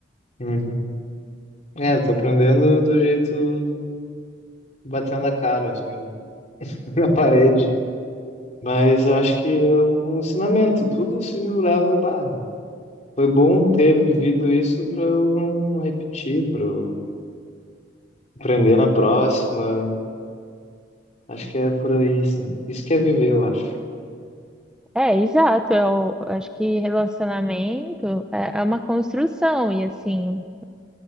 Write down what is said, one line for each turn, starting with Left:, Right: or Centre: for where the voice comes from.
Left: Uhum. É, eu tô aprendendo do jeito batendo a cara, assim, <laughs> na parede. Mas eu acho que é um ensinamento. Tudo assim eu levo. Bah, foi bom ter vivido isso pra eu não repetir, pra eu aprender na próxima. Acho que é por aí, sim. Isso que é viver, eu acho.
Centre: É, exato. Eu acho que relacionamento é é uma construção e assim,